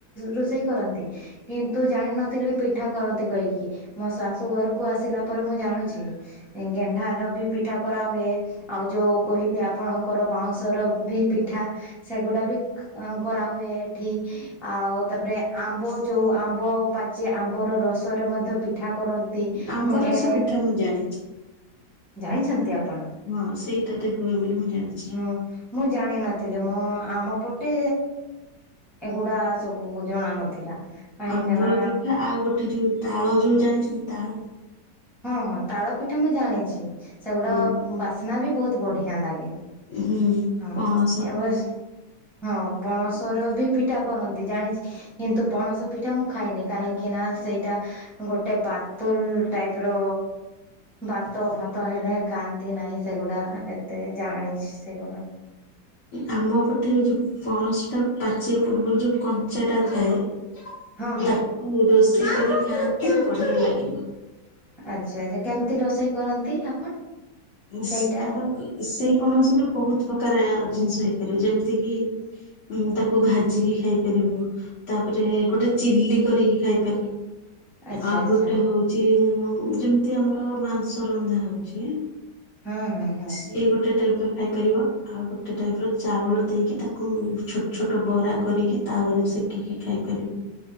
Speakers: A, in the centre; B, on the left.
A: ରୋଷେଇ କରନ୍ତି। କିନ୍ତୁ ଜାଣିନଥିଲି ପିଠା କରନ୍ତି କହିକି। ମୋ ଶାଶୁ ଘରକୁ ଆସିଲା ପରେ ମୁଁ ଜାଣୁଛି ଗେଣ୍ଡାର ବି ପିଠା କରାହୁୁଏ। ଆଉ ଯେଉଁ କହିଲି ଆପଣ ତାଙ୍କର ବାଉଁଶର ବି ପିଠା ସେଗୁଡ଼ା ବି କରାହୁଏ ଏଠି। ଆଉ ତାପରେ ଆମ୍ବ ଯୋଉ, ଆମ୍ବ ପାଚେ ଆମ୍ବ ର ରସରେ ମଧ୍ୟ ପିଠା କରନ୍ତି।
B: ଆମ୍ବ
A: ମୁଁ
B: ରସ
A: ଏ
B: ପିଠା ମୁଁ ଜାଣେ।
A: ଜାଣିଛନ୍ତି ଆପଣ?
B: ହଁ, ସେଇଟା ତ ହୁଏ ବୋଲି ମୁଁ ଜାଣିି
A: ହୁଁ ମୁଁ ଜାଣି ନଥିଲି ମଁ ଆମ ପଟେ ଏଗୁଡା ସବୁ ଜଣା ନଥିଲା। କାହିଁକି
B: ଆମ୍ବଳ
A: ନା
B: ପିଠା ଆଉ ଗୋଟେ ଯୋଉ ତାଳ ଯୋଉ ଜାଣିଛନ୍ତି ତାଳ
A: ହଁ ହଁ ତାଳ ପିଠା ମୁଁ ଜାଣିଛି ସେଗୁଡା
B: ହଁ
A: ବାସ୍ନା ବି ବହୁତ ବଢିଆ ଲାଗେ।
B: ହୁଁ
A: ହଁ
B: ପଣସ
A: ଏ
B: ତାଳ।
A: ବର୍ଷ ହଁ ପଣସର ବି ପିଠା କରନ୍ତି ଜାଣିଛି। କିନ୍ତୁ ପଣସ ପିଠା ମୁଁ ଖାଇନି କାହିଁକି ନା ସେଇଟା ଗୋଟେ ବାତୁଲ ଟାଇପ ର ଭାତ ଭାତ ହେଲେ ଖାଆନ୍ତି ନାହିଁ ସେଗୁଡା। ତ ଜାଣିଛି ସେଗୁଡା।
B: ଆମ ପଟେ ଯୋଉ ପଣସ ଟା ପାଚିବା ପୂର୍ବରୁ ଯୋଉ କଞ୍ଚା ଟା ଥାଏ।
A: ହଁ ହଁ
B: ତାକୁ ରୋଷେଇ କରି ଖାଆନ୍ତି ବଢିଆ ଲାଗିବ।
A: ଆଚ୍ଛା ଆଚ୍ଛା କେମିତି ରୋଷେଇ କରନ୍ତି ଆପଣ? ସେଇଟା
B: ସେ ତାର ସେଇ ପଣସୀରେ ବହୁତ ପ୍ରକାର ଜିନିଷ ହେଇପାରିବ ଯେମିତି କିି ଉଁ ତାକୁ ଭାଜିକି ଖାଇ ପାରିବୁ ତାପରେ ଗୋଟେ ଚିଲି କରିକି ଖାଇଥିଲି।
A: ଆଚ୍ଛା
B: ଆଉ
A: ଆଚ୍ଛା
B: ଗୋଟେ ହଉଛି ଯେମିତି ଆମର ମାଂସ ରନ୍ଧା ହଉଛି।
A: ହଁ ହଁ ହଁ।
B: ଇଏ ଗୋଟେ ଟାଇପରେ ଖାଇପାରିବ। ଆଉ ଗୋଟେ ଟାଇପ ର ଚାଉଳ ଦେଇକି ତାକୁ ଛୋଟ ଛୋଟ ବରା କରିକି ତାୱରେ ସେକ। କି କି ଖାଇପାରିବ।